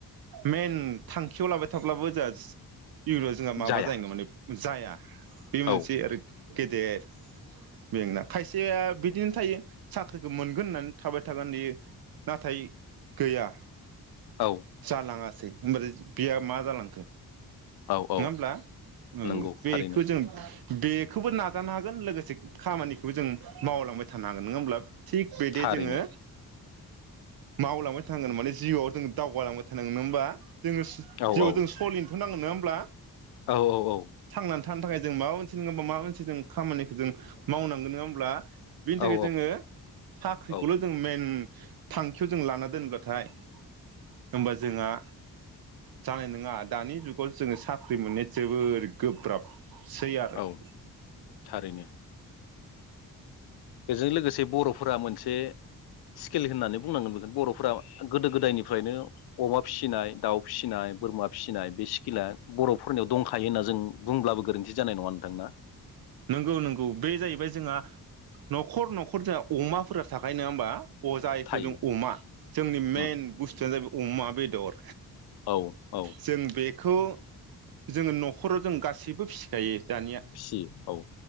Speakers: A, on the right; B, on the left.
A: मेन थांखियाव लाबाय थाब्लाबो जोंहा इउनाव जोंहा माबा
B: जाया
A: जायोना माने जाया <inaudible> बे मोनसे
B: औ
A: आरो गेदेर बेंना खायसेया बिदिनो थायो साख्रिखौ मोनगोन होननानै थाबाय थागोन इयो नाथाय गैया
B: औ
A: जालाङा सै होनबाल बेया मा जालांखो
B: औ औ
A: नङा होमब्ला औ
B: नंगौ
A: बेखौ
B: थारैनो
A: जों बेखौबो नाजानो हागोन लोगोसे खामानिखौबो जों मावलांबाय थानो हागोन नङा होमब्ला । थिग बेदि
B: थारैनो
A: जोङो मावलांबाय थानांगोन माने जिउआव जों दावगालांबाय थानांगोन नङा होमबा? जोङो
B: औ
A: जिउआव
B: औ
A: जों सलिनोथ' नांगौ । नोङा होमब्ला?
B: औ औ औ ।
A: थांनानै थानो थाखाय जों माबा मोनसे नङा हा माबा मोनसे जों खामानिखौ जों मावनांगोन नोङा होमब्ला? बिनि थाखाय
B: औ
A: जोङो साख्रिखौल'
B: औ
A: जों मेन थांखियाव जों लाना दोनब्लाथाय होमबा जोंहा जानाय नङा दानि जुगाव जोङो सा साख्रि मोननाया जोबोर गोब्राब । सेै आरो
B: औ
A: <inaudible>
B: थारैनो बेजों लोगोसे बर'फोरा मोनसे स्किल होननानै बुंनांगोन बोगोन बर'फ्रा गोदो गोदायनिफ्रायनो अमा फिसिनाय दाउ फिसिनाय बोरमा फिसिनाय बे स्किला बर'फोरनियाव दंखायो होन्ना जों बुंब्लाबो गोरोन्थि जानाय नङा । थांना
A: नंगौ नंगौ बे जाहैबाय जोंहा न'खर न'खर जोंहा अमाफोरा थाखायो नङा होमबा? अ जायखौ
B: थायो
A: जों अमा जोंनि मेन
B: उम
A: बुस्थुनो जाहैबाय अमा बेदर
B: औ औ
A: जों बे बेखौ जोङो न'खराव जों गासैबो फिसिखायो। दानिया
B: फिसि औ।